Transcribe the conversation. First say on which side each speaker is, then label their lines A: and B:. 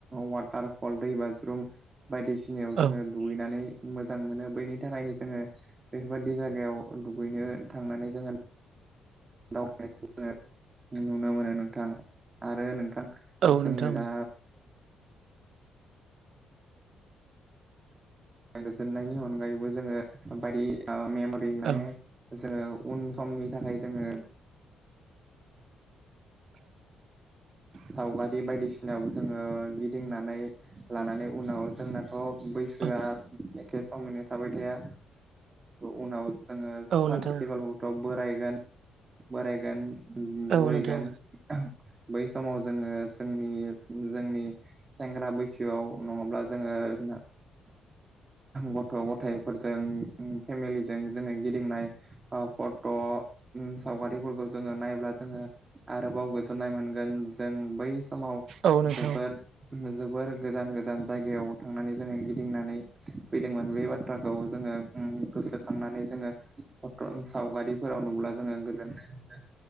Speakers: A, on the right; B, on the right.
A: वाटारफल दै बाज्रुम बायदिसिनायाव जोङो
B: औ
A: दुगैनानै मोजां मोनो बैनि थाखायनो जोङो बैफोरबायदि जायगायाव दुगैनो थांनानै जोङो दावबायनायखौ नुनो मोनो नोंथां आरो नोंथां
B: औ
A: जोङो
B: नोंथां
A: दा गोजोननायनि अनगायैबो जोङो बायदि मेमरि माने
B: औ
A: जोङो उन समनि थाखाय जोङो सावगारि बायदिसिना जोङो गिदिंनानै लानानै उनाव जोंनाथ' बै <inaudible> एखे
B: औ
A: समयनो थाबाय ओ थाया उनाव जोङो
B: औ
A: सानसेब्लाबोथ'
B: नोंथां
A: बोरायगोन बोरायगोन बुरै
B: औ नोंथां
A: गोन बै समाव जोङो जोंनि जोंनि सेंग्रा बैसोआव नङाब्ला जोङो <inaudible> गथ' गथाइफोरजों फेमिलिजों जोङो गिदिंनाय फट' सावगारिफोरखौ जोङो नायब्ला जोङो आरोबाव गोजोननाय मोनगोन जों बै समाव
B: औ नोंथां
A: जोबोर जोबोर गोजान गोजान जायगायाव थांनानै जोङो गिदिंनानै फैदोंमोन बे बाथ्राखौ जोङो गोसोखांनानै जोङो सावगारि फोराव नुब्ला जोङो गोजोननाय मोनगोन